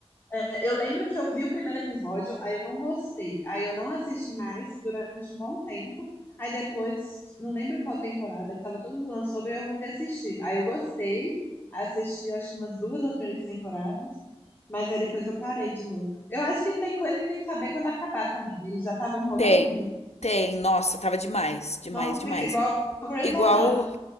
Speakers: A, on the left; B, on the left.
A: É, Eu lembro que eu vi o primeiro episódio, aí eu não gostei. Aí eu não assisti mais durante um bom tempo. Aí depois, não lembro em qual temporada que tava todo mundo falando sobre, aí eu voltei ter assistir. Aí eu gostei, assisti acho que umas duas ou três temporadas, mas aí depois eu parei de novo. Eu acho que tem coisa que tem que saber quando acabar também. Eles já estavam enrolando
B: Tem,
A: muito.
B: tem. Nossa, tava demais, demais,
A: Não
B: demais.
A: fica igual o Grey's
B: Igual
A: Anatomy.